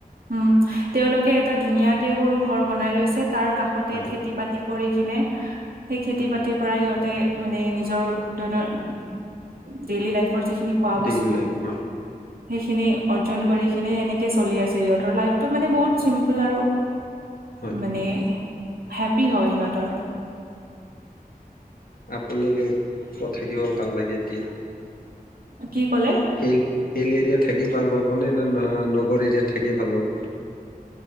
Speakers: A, on the right (about 70°); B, on the left (about 65°).
A: উম, তেওঁলোকে এটা, ধুনীয়াকে সৰু ঘৰ বনাই লৈছে। তাৰ কাষতে,
B: হয়
A: খেতি বাতি কৰি কেনে, সেই খেতি
B: হয়
A: বাতিৰ পৰা সিহঁতে মানে নিজ <unintelligible> ডেইলি লাইফৰ যিখিনি খোৱা বস্তু।
B: ডেইলি লাইফ হয়
A: সেইখিনি অৰ্জন কৰি কেনে, সেনেকে চলি আছে ইহঁত। সিহঁতৰ ৰ লাইফটো মানে বহুত চিম্পুল আৰু
B: হয়
A: মানে! হেপ্পী হৈ ইহঁতৰ।
B: আপুনি কে ক'ত থাকিব ভাল লাগে এতিয়া?
A: কি ক'লে
B: সেই হিল এৰিয়াত থাকি ভাল পাব নে! নে নগৰ এৰিয়াত থাকি ভাল পাব!